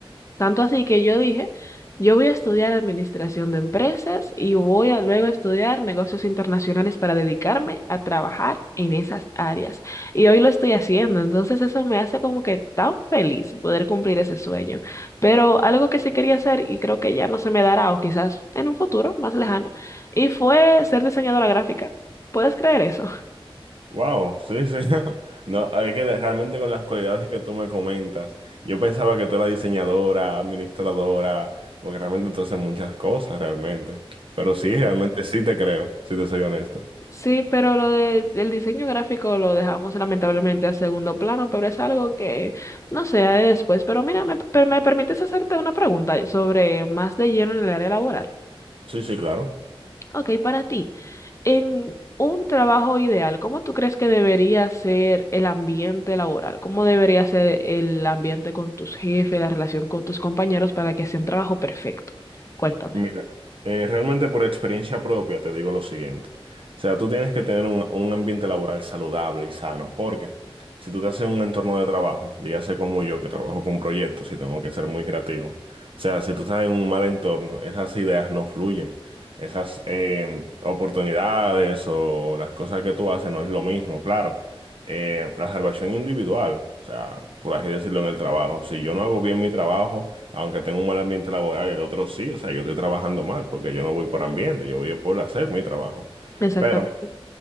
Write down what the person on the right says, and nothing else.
Wow, sí, sí. <laughs> No, hay que de- realmente con las cualidades que tú me comentas. Yo pensaba que tú eras diseñadora, administradora, porque realmente tú haces muchas cosas realmente. Pero sí,
realmente sí te creo, si te soy honesto.
Sí, sí, claro.
Mira, eh, realmente por experiencia propia te digo lo siguiente. O sea, tú tienes que tener un, un ambiente laboral saludable y sano, porque si tú te haces un entorno de trabajo, dígase como yo que trabajo con proyectos y tengo que ser muy creativo, o sea, si tú estás en un mal entorno, esas ideas no fluyen, esas eh, oportunidades o las cosas que tú haces no es lo mismo, claro eh, la salvación individual, o sea, por así decirlo, en el trabajo. Si yo no hago bien mi trabajo, aunque tenga un mal ambiente laboral, el otro sí, o sea, yo estoy trabajando mal, porque yo no voy por ambiente, yo voy por hacer mi trabajo.
Pero